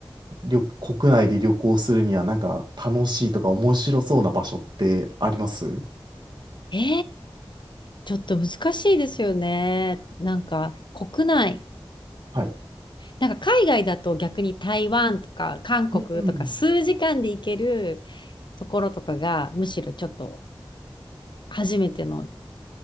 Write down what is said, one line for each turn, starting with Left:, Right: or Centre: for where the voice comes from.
Right: 旅、国内で旅行するには、なんか楽しいとか面白そうな場所ってあります
Left: えー、ちょっと難しいですよね。なんか、国内。
Right: はい。
Left: なんか海外だと逆に台湾とか韓国とか数時間で行ける
Right: うんうん。
Left: ところとかがむしろちょっと初めての